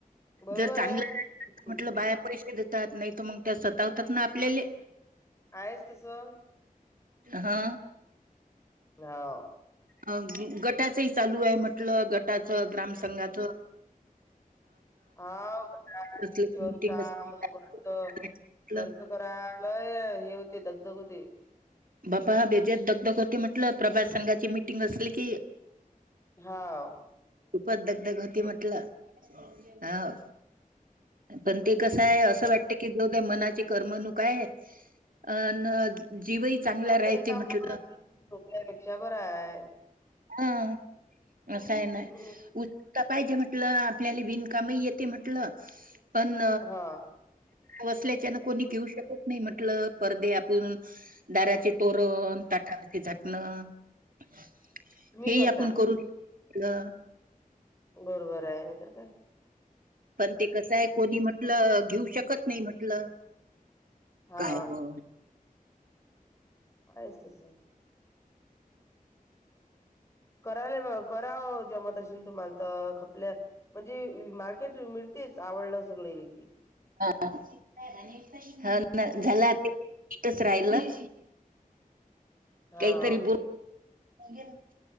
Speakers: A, on the left; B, on the right.
A: बरोबर
B: जर चांगलं
A: आहे. हं,
B: म्हटलं
A: हं.
B: बाया पैसे देतात नाही मग त्या सतावतात ना आपल्याले.
A: आहेच तसं
B: हा,
A: हो.
B: अ गटाचं ही चालू आहे. म्हटलं गटाच ग्राम संंघाचं,
A: हा <unintelligible>
B: असलं की
A: काम
B: मीटिंग असते
A: घरचं
B: म्हटलं.
A: घरच करत. हा लय हे होते, दगदग होते.
B: बापा बेजेत दगदग होती. म्हटलं प्रभास संघाची मिटिंग असली की,
A: हाव,
B: खूपच दगदग होती
A: बरोबर.
B: म्हटलं, हाव पण ते कसं आहे. असं वाटत की, मनाची करमणूक काय, अन जीवही चांगला
A: कसरी
B: राहते
A: कामा
B: म्हटलं
A: <unintelligible> पेक्षा बरं आहे.
B: हा असं आहे ना,
A: हं.
B: पाहिजे म्हटलं, आपल्याला विणकामही येते म्हंटलं, पण
A: हां.
B: वसल्याच्यान कोणी घेऊ शकत नाही म्हटलं, परदे आपण दाराचे तोरण ताटावरचे झाकणं. हे
A: तुम्ही
B: हि
A: करता.
B: आपण करू <unintelligible> म्हटलं.
A: बरोबर आहे. नाही तर काय,
B: पण ते कसं आहे, कोणी म्हटलं घेऊ शकत नाही म्हटलं.
A: हां.
B: काय हो,
A: असस, कराला म कराव जमत असेल, तुम्हाला तर खपल्या म्हणजे मार्केट मिळ तेच आवडलं सगळेले की,
B: हा ह <unintelligible>
A: हम्म.
B: झाला तेच राहिलं,
A: हा.
B: काहीतरी बोल <unintelligible>